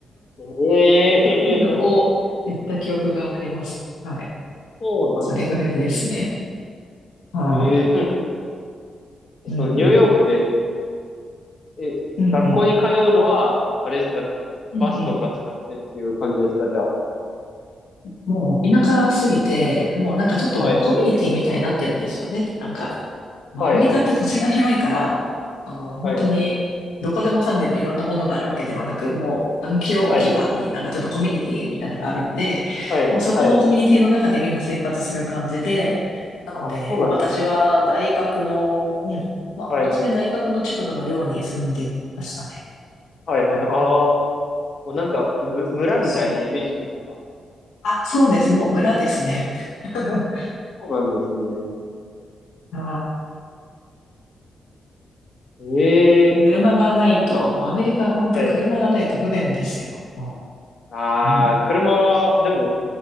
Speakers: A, on the left (about 60°); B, on the left (about 85°).
A: ええー
B: うのを言った記憶があります。はい。
A: そうなんですね。
B: それぐらいですね。はい。
A: ええーそのニューヨークで
B: うんうん。
A: え、
B: うんうん。
A: 学校に通うのは、あれですか、
B: うんうん。
A: バスとか使ってっていう感じですか、じゃあ。
B: もう田舎すぎて、もうなんかちょっともうコミュニティみたいになってるんですよね。
A: はい。
B: なんかまあ、
A: はい、
B: アメリカって土地が広いから、
A: はい、はい。
B: あの、本当に、
A: はい、
B: どこでもかんでもいろんなものがあるわけではなく、もう何キロおきかになんかちょっとコミュニティみたいなのがあるんで、
A: はい、はい、
B: もうそこのコミュニティの中でみんな生活する感じで、
A: はい。
B: なので、
A: あ、そうなんですね。
B: もう私は大学の、うん、まあ、
A: はい、
B: 初め大学の近くの寮に住んでましたね。
A: はい、はい。
B: は
A: ああ、もうなんか、む、
B: いそうそう。
A: 村みたいなイメージなんですか
B: あ、そうです。
A: 割と。
B: もう村ですね。<laughs>
A: そうなんですね。
B: はい
A: ええ
B: 車がないと、
A: 確
B: もうアメリカは本当車がないと不便ですよ。
A: かに。
B: も
A: ああ、
B: ううん
A: 車は、でも、